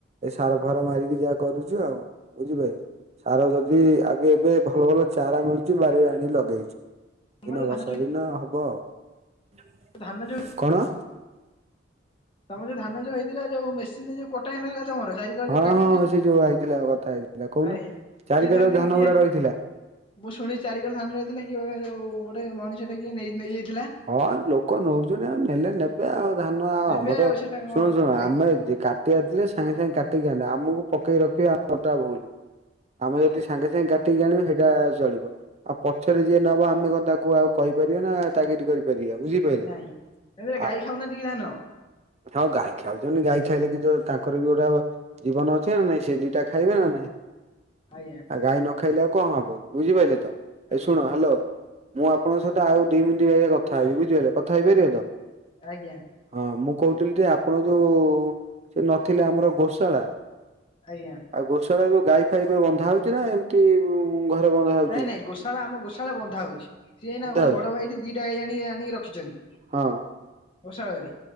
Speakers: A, on the right (about 35°); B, on the left (about 30°).
A: ଏ ସାର ଫାର ମାରିକି ଯାହା କରୁଛୁ ଆଉ। ବୁଝିପାଇଲୁ? ସାର ଯଦି ଆବି ଏବେ ଭଲ ଭଲ ଚାରା ମିଳୁଛି ବାରିରେ ଆଣି ଲଗେଇଛୁ।
B: ତମ
A: ଏଇନା
B: ଯୋଉ
A: ବର୍ଷା
B: ଧାନ ଯୋଉ
A: ଦିନ ହବ ଆଉ।
B: ଧାନ ଯୋଉ
A: କଣ?
B: ତମ ଯୋଉ ଧାନ ଯୋଉ ହେଇଥିଲା ଯୋଉ ମେସିନିରୂ, ଯୋଉ କଟା ହେଇ ନଥିଲା ତମର ବାରି କରି
A: ହଁ
B: ଜୋଉ କାଟିକି
A: ହଁ
B: ଜୋଉ,
A: ସେ ଯୋଉ ଆଇଥିଲା କଥା ହେଇଥିଲା କହୁନ
B: ଆଜ୍ଞା
A: ଚାରିିକର
B: କିଏ ଥରେ ଦେଇକି
A: ଧାନ
B: କିଏ
A: ଗୁରା ରହିଥିଲା।
B: ମୁଁ ଶୁଣି ଚାରିିକର ଧାନ ହେଇଥିଲା କି ଯୋଉ ଗୋଟେ ମଣିଷ ଟା କିଏ ନେଇ ନେଇଯାଇଥିଲା?
A: ହଁ ଲୋକୋ ନୋଉଚନ୍ତି ଆଉ ନେଲେ ନେ ଏବେ ଆଉ ଧାନ ଆଉ
B: ନେବେ
A: ଆମ ତ
B: ସେଟା
A: ଶୁଣ
B: କଣ
A: ଶୁଣ,
B: ଆଜ୍ଞା
A: ଆମେ ଯେ କା କାଟିବାର ଥିଲେ, ସାଙ୍ଗେ ସାଙ୍ଗେ କାଟିକି ଆଣିଥାନ୍ତେ, ଆମକୁ ପକେଇ ରଖିବାଟା ଭୁଲ୍। ଆମେ
B: ଆଜ୍ଞା
A: ଯଦି ସାଙ୍ଗେ ସାଙ୍ଗେ ଯାଇଙ୍କି କାଟିକି ଆଣିବ ହେଇଟା ଚଳିବ। ଆଉ ପଛେରେ ଯିଏ ନବ ଆମେ କଣ ତାକୁ ଆଉ କହିପାରିବା ନା ତାଗିଦି କରିପାରିବା, ବୁଝିପାଇଲୁ।
B: ନାଇଁ ସେଥିରେ ଗାଈ
A: ଆ
B: ଖାଉନାହାନ୍ତି କି ଧାନ?
A: ଆଉ ଗାଈ ଖାଉଚନ୍ତି, ଗାଈ ଖାଇଲେ ବି ତ, ତାଙ୍କର ବି ଗୋଟେ
B: ଆଜ୍ଞା
A: ଜୀବନ ଅଛି ନା ନାଇଁ ସେ ଜୀ ଇଟା ଖାଇବେ ନା ନାଇଁ?
B: ଆଜ୍ଞା।
A: ଆ ଗାଈ ନ ଖାଇଲେ ଆଉ କଣ ହବ? ବୁଝିପାରିଲେ ତ?
B: ଆଜ୍ଞା
A: ଏ ଶୁଣ ହାଲୋ ମୁଁ ଆପଣଙ୍କ ସହିତ ଆଉ ଦି ମିଣ୍ଟି ବାଗୀଆ କଥା ହେବି। ବୁଝିିପାରିଲେ, କଥା ହେଇପାରିବ ତ?
B: ଆଜ୍ଞା।
A: ହଁ ମୁଁ କହୁଥିଲି ଯେ ଆପଣ ଯୋଉ ସେ ନଥିଲେ ଆମର ଗୋଶାଳା
B: ଆଜ୍ଞା।
A: ଆଉ ଗୋଶାଳା ଯୋଉ ଗାଈ ଫାଇ ଏବେ ବନ୍ଧା ହଉଚି ନା ଏମ କି ଘରେ ବନ୍ଧା ହଉଛି
B: ନାଇଁ
A: ଏଇନା?
B: ନାଇଁ, ଗୋଶାଳା ଆମ ଗୋଶାଳା ବନ୍ଧା ହୋଉଚି। ସିଏ ଏଇନା
A: ବନ୍ଧା
B: ଗୋଟେ
A: ହଉଛି।
B: ବଡ ଭାଇଟି ଦିଟା ଗାଈ ଆଣି ଆଣି ରଖିଛନ୍ତି।
A: ହଁ।
B: ଗୋସାଳରେ